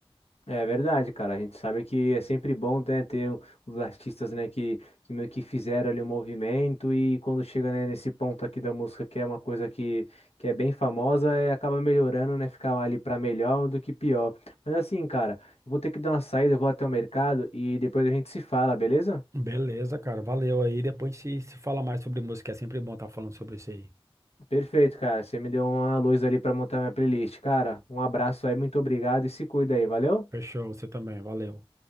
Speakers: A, on the left; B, on the right.
A: É verdade, cara. A gente sabe que é sempre bom, né, ter o- os artistas, né, que, que meio que fizeram ali um movimento e quando chega, né, nesse ponto aqui da música, que é uma coisa que, que é bem famosa, é, acaba melhorando, né, ficar ali pra melhor do que pior. Mas assim, cara, eu vou ter que dar uma saída, eu vou até o mercado e depois a gente se fala, beleza?
B: Beleza, cara. Valeu aí. Depois se, se fala mais sobre música. É sempre bom estar falando sobre isso aí.
A: Perfeito, cara. Você me deu uma luz ali pra montar minha playlist, cara. Um abraço aí, muito obrigado e se cuida aí, valeu?
B: Fechou, você também. Valeu.